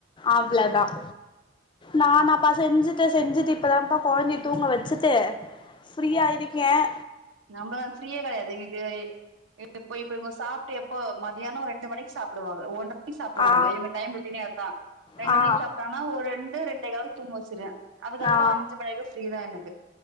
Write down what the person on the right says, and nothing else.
நம்மதான் ஃப்ரீயே கெடையாது எங்களுக்கு இப்ப இவங்க சாப்ட்டு இப்ப மதியானம் ரெண்டு மணிக்கு சாப்படுவாங்க ஒன்ற சாப்பிடுவாங்க
டைம் ரொட்டின்நே அதுதான் ரெண்டு
மணிக்கு சாப்ப ஒரு ரெண்டு ரெண்டு தூங்க வச்சிருவேன் அதுக்கப்புறம்
அஞ்சு மணிக்கு ஃப்ரீதான் எனக்கு